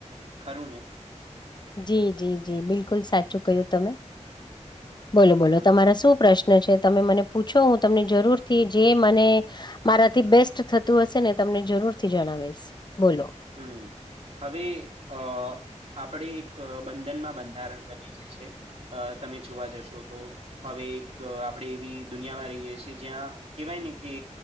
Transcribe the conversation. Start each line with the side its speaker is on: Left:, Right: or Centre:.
Right: ખરું ને
Left: જી જી જી બિલકુલ સાચું કય્યું તમે બોલો બોલો
Right: હમ
Left: તમારા શું પ્રશ્ન? પ્રન છે તમે મને પૂછો હું તમને જરૂર થી જે મને મારાથી બેસ્ટ થતું હશે ને તમને જરૂરથી જણાવીશ બોલો.
Right: હમ હવે અ આપણે એક બંધનમાં બંધારણ બની જાય છે. અ તમે જોવા જશો તો. હવે એક આપણે એવી દુનિયામાં રહીએ છીએ જ્યાં કેહેવાય ને કે